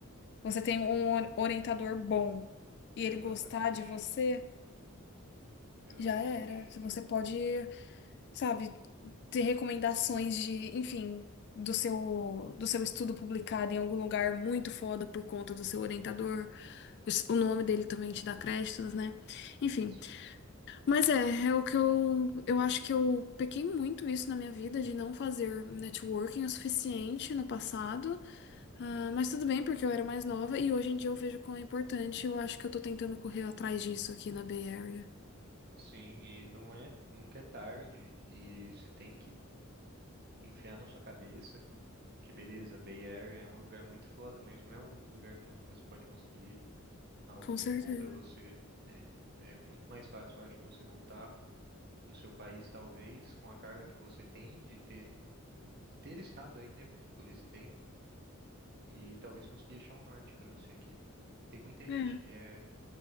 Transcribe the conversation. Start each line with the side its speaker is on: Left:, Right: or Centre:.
Left: você tem um or- orientador bom e ele
Right: Exatamente,
Left: gostar de você,
Right: exatamente.
Left: já era. Você pode sabe, ter recomendações de, enfim, do seu do seu estudo publicado em algum lugar muito foda por conta do seu orientador. O nome dele também te dá créditos, né? Enfim,
Right: Sim,
Left: mas é, é o que eu eu acho que eu pequei muito isso na minha vida de não fazer networking o suficiente no passado. Ah, mas tudo bem, porque eu era mais nova e hoje em dia eu vejo quão é importante. Eu acho que eu tô tentando correr atrás disso aqui na Bay Area.
Right: sim, e não é, nunca é tarde, e você tem que enfiar na sua cabeça que beleza, Bay Area é um lugar muito foda, mas não é o único lugar do mundo que você pode conseguir algo
Left: Com
Right: muito
Left: certeza.
Right: bom pra você, né? É muito mais fácil, eu acho, você voltar pro seu país, talvez, com a carga que você tem de ter, de ter estado aí, né, por esse tempo e talvez conseguir achar um norte para você aqui. Tem muita
Left: É.
Right: gente que é